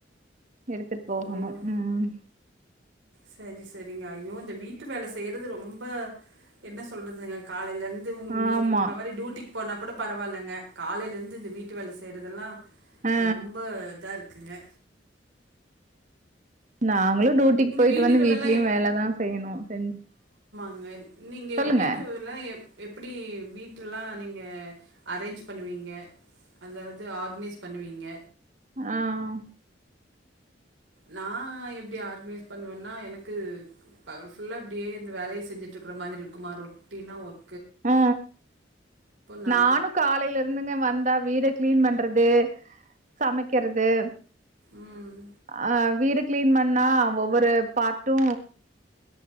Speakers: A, on the right; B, on the right.
A: எடுத்துட்டு போகணு
B: ஓ
A: உம்
B: சரி சரிங்க ஐயோ இந்த வீட்டு வேல செய்யறது ரொம்ப என்ன சொல்றதுங்க காலைல வந்து உ நீங்
A: ஆமா
B: உங்கள மாரி டியூட்டிக்கு போனா கூட பரவால்லங்க காலெலர்ந்து இந்த வீட்டு வேல செய்றதெல்லா
A: ஆ
B: ரொம்ப இதாருக்கு இக்குங்க
A: நாங்களு டுட்டிக்கு போய்ட்டு
B: வீடுகளெல்லா
A: வந்து வீட்லியு
B: எ
A: வேலதா செயணு செஞ்
B: இங்கள் நீங்க
A: சொல்லுங்க
B: வீட்டு வேல எப் அப்டி வீட்லலா நீங்க அரேஞ்ச் பண்ணுவீங்க அதாவுது ஆர்கனைஸ் பண்ணுவீங்க
A: ஆஹ்
B: நா எப்டி ஆர்கனைஸ் பண்ணுவேன்னா எனக்கு ஃபுல்லா இப்டியே இந்த வேலயை செஞ்சுட்டு இருக்கற மாதிரி இருக்குமா ரொட்டின்னா ஒர்க்
A: அ
B: நா
A: நானு காலையில இருந்துங்க வந்தா வீடு கிளீன் பண்றது சமைக்கறது
B: ம்
A: அ வீடு கிளீன் பண்ணா ஒவ்வொரு பார்ட்டூ